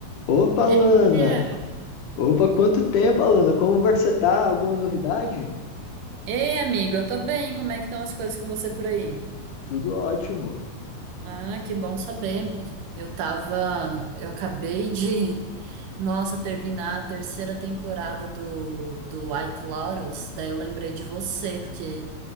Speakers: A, on the left; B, on the right.
A: Opa, Lana!
B: Ei, Gabriel.
A: Opa, quanto tempo, Alana? Como você tá? Alguma novidade?
B: Ei, amigo, eu tô bem. Como é que estão as coisas com você por aí?
A: Tudo ótimo.
B: Ah, que bom saber. Eu tava, eu acabei de, <laughs> nossa, terminar a terceira temporada do, do White Lotus. Daí eu lembrei de você, porque